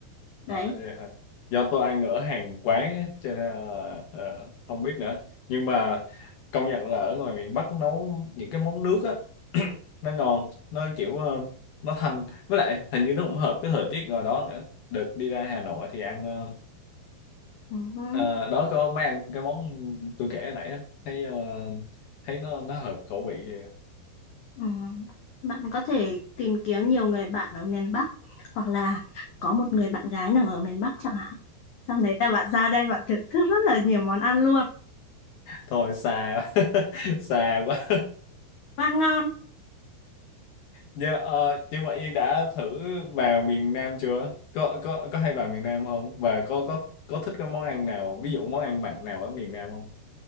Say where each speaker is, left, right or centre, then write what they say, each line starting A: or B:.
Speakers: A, on the left (about 85°); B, on the left (about 65°).
A: đấy
B: À, vậy hả? do tôi ăn ở hàng quán á, cho nên là, ờ, không biết nữa nhưng mà công nhận là ở ngoài miền Bắc nấu những cái món nước á nó ngon nó kiểu ờ, nó thanh với lại hình như nó cũng hợp cái thời tiết ngoài đó nữa đợt đi ra Hà Nội thì ăn ờ,
A: Ừ.
B: ờ, đó có mấy ăn cái món tôi kể hồi nãy á thấy ờ, thấy nó nó hợp khẩu vị vậy.
A: Ừ. Bạn có thể tìm kiếm nhiều người bạn ở miền Bắc hoặc là có một người bạn gái nào ở miền Bắc chẳng hạn. Xong đấy là bạn ra đây bạn thưởng thức rất là nhiều món ăn luôn.
B: thôi xa <laughs> quá xa quá
A: Và ăn ngon.
B: Dạ, ờ, nhưng mà Yên đã thử vào miền Nam chưa? Có có có hay vào miền Nam không? Và có có có thích cái món ăn nào, ví dụ món ăn mặn nào ở miền Nam không?